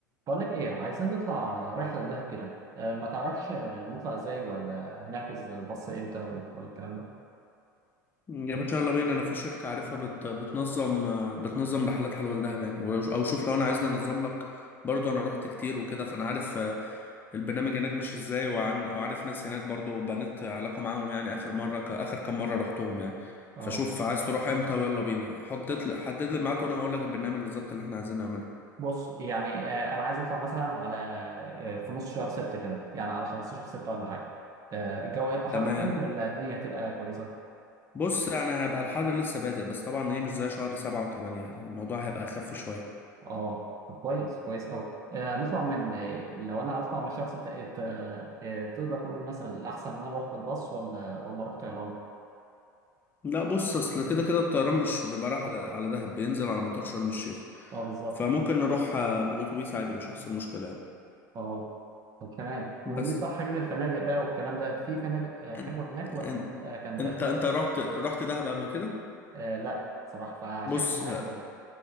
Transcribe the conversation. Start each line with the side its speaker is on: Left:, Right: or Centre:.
Right: بقولك ايه عايزين نطلع رحلة لدهب كده آه، ما تعرفش آه، نطلع ازاي ولا هنحجز الباص امتى ولا ولا الكلام ده
Left: يا باشا يلا بينا انا في شركة عارفها بت... بتنظم بتنظم رحلات حلوة لدهب يعني و- او شوف لو انا عايزني انظم لك برضو انا رحت كتير وكده فانا عارف آه، البرنامج هناك ماشي ازاي وعن... وعارف ناس هناك برضو بنيت علاقة معاهم يعني اخر مرة ك... اخر كام مرة رحتهم يعني
Right: اه
Left: فشوف عايز تروح امتى ويلا بينا حطيت لي حدد لي ميعاد وانا هقول لك البرنامج بالظبط اللي احنا عايزين نعمله
Right: بص يعني آه، انا عايز اطلع مثلا على آه، في نص شهر ستة كده يعني على 15 ستة ولا حاجة آه، الجو هيبقى حر
Left: تمام
Right: قوي ولا الدنيا هتبقى كويسة
Left: بص يعني هيبقى الحر لسه بادئ بس طبعا ايه مش زي شهر سبعة وثمانية يعني الموضوع هيبقى اخف شوية
Right: اه طب كويس كويس قوي آه، نطلع من آه، لو انا هطلع من شهر ستة إت- آه، آه، تقدر تقول مثلا الاحسن ان انا اروح بالباص ولا ولا اروح طيران
Left: لا بص اصل كده كده الطيران مش بيبقى رايح على على دهب بينزل على مطار شرم الشيخ
Right: اه بالظبط
Left: فممكن نروح آه، بالاتوبيس عادي مش هيحصل مشكله يعني
Right: اه طب تمام وبالنسبة
Left: بس
Right: لحجز الفنادق بقى والكلام ده في فنادق آه، حلوة
Left: أن-
Right: هناك ولا
Left: أن-
Right: بتبقى كامبات
Left: انت
Right: بقى؟
Left: انت رحت رحت دهب قبل كده
Right: آه لا بصراحة فعشان
Left: بص
Right: كده أنا عايز أروح